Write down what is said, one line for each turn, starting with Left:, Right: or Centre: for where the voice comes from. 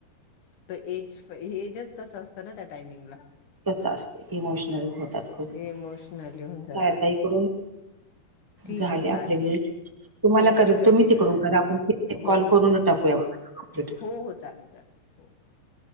Left: तो एज एजच तस असतं ना त्या टायमिंगला.
Right: तसं असतं, इमोशनल होतात खूप, <unintelligible>
Left: इमोशनली होऊन जात
Right: आता
Left: ते
Right: इकडून
Left: ठीक
Right: झाले
Left: आहे चालेल
Right: आपले म्हणजे तुम्हाला
Left: हो
Right: करा
Left: मी करते
Right: तुम्ही तिकडून
Left: कर
Right: करा, आपण <unintelligible>
Left: हो
Right: कॉल
Left: हो
Right: करूनच टाकूया. कंप्लीट
Left: हो हो चालेल चालेल. हो